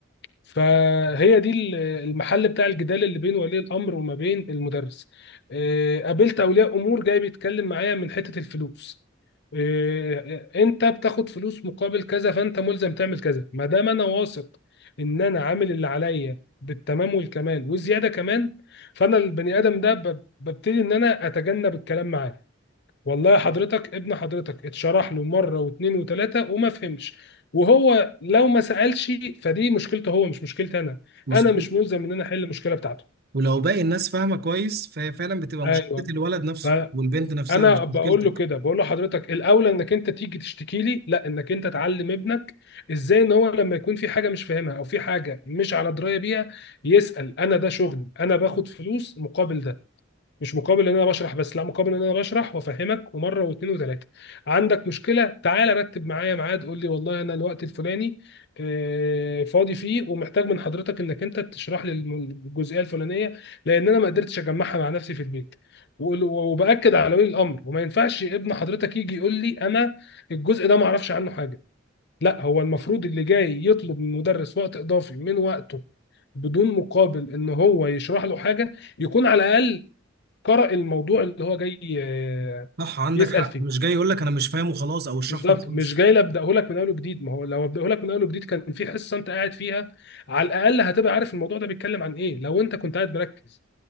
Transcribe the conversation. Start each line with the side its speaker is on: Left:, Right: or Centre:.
Left: فهي دي ال- المحل بتاع الجدال اللي بين ولي الامر وما بين المدرس إيه، قابلت اولياء امور جاي بيتكلم معايا من حته الفلوس إيه، انت بتاخد فلوس مقابل كذا فانت ملزم تعمل كذا ما دام انا واثق ان انا عامل اللي عليا بالتمام والكمال والزياده كمان فانا البني ادم ده ب- ببتدي ان انا اتجنب الكلام معاه والله حضرتك ابن حضرتك اتشرح له مره واثنين وثلاثه وما فهمش وهو لو ما سالش فدي مشكلته هو مش مشكلتي انا
Right: مظبوط
Left: انا مش ملزم ان انا احل المشكله بتاعته
Right: ولو باقي الناس فاهمه كويس فهي فعلا بتبقى
Left: ايوه
Right: مشكله الولد نفسه
Left: ف-
Right: والبنت نفسها
Left: انا
Right: مش
Left: بقول
Right: مشكلتك
Left: له كده بقول له حضرتك الاولى انك انت تيجي تشتكي لي لا انك انت تعلم ابنك ازاي ان هو لما يكون في حاجه مش فاهمها او في حاجه مش على درايه بيها يسال انا ده شغلي انا باخد فلوس مقابل ده مش مقابل ان انا بشرح بس لا مقابل ان انا بشرح وافهمك ومره واثنين وثلاثه عندك مشكله تعالى رتب معايا ميعاد قول لي والله انا الوقت الفلاني آه، فاضي فيه ومحتاج من حضرتك انك انت تشرح لي الم- الجزئيه الفلانيه لان انا ما قدرتش اجمعها مع نفسي في البيت وقول- وباكد على ولي الامر وما ينفعش ابن حضرتك يجي يقول لي انا الجزء ده ما اعرفش عنه حاجه لا هو المفروض اللي جاي يطلب من المدرس وقت اضافي من وقته بدون مقابل ان هو يشرح له حاجه يكون على الاقل قرأ الموضوع اللي هو جاي آه،
Right: صح عندك
Left: يسأل
Right: حق
Left: فيه
Right: مش جاي يقول لك انا مش فاهم وخلاص او اشرح
Left: بالظبط
Right: لي وخلاص
Left: مش جاي ابداه لك من اول جديد ما هو لو ابداه لك من اول جديد كان في حصه انت قاعد فيها على الاقل هتبقى عارف الموضوع ده بيتكلم عن ايه لو انت كنت قاعد مركز